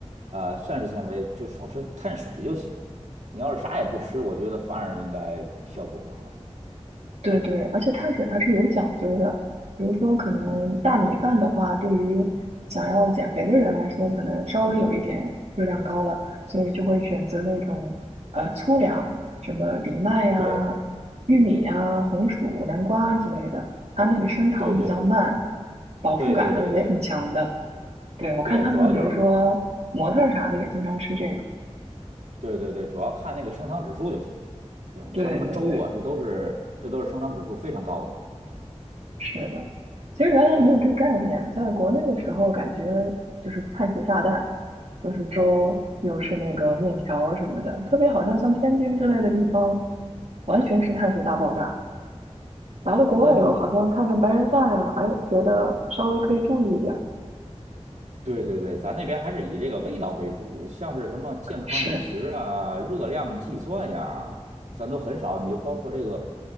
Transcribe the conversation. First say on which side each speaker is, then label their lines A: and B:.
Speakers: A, on the right; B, on the right.
A: 呃膳食纤维，就少吃碳水就行。你要是啥也不吃，我觉得反而应该效果不好。
B: 对对，而且碳水它是有讲究的，比如说可能大米饭的话，
A: 嗯嗯，
B: 对于想要减肥的人来说，可能稍微有一点热量高了，所以就会选择那种呃粗粮，什么藜麦呀、
A: 对
B: 玉米呀、红薯、南瓜之类的，它那个升糖比较慢，
A: 对对对
B: 饱腹感呢也挺强的。
A: 对对对对
B: 对，我看他们，
A: 对，主要就是
B: 比如说模特儿啥的也经常吃这个。
A: 对对对对，主要看那个升糖指数就行。
B: 对对对。
A: 像什么粥啊，这都是这都是升糖指数非常高的。
B: 是的，其实原来没有这概念，
A: 对，
B: 在国内的时候感觉就是碳水炸弹，又是粥，又是那个面条儿什么的，特别好像像天津之类的地方，完全是碳水大爆炸。来了国外以后，
A: 哎，
B: 好像看看白人饭啊，哎，觉得稍微可以注意一点儿。
A: 对对对，咱那边还是以这个味道为主，像是什么健康饮食啊、
B: 是，
A: 热量计算呀，咱都很少。你就包括这个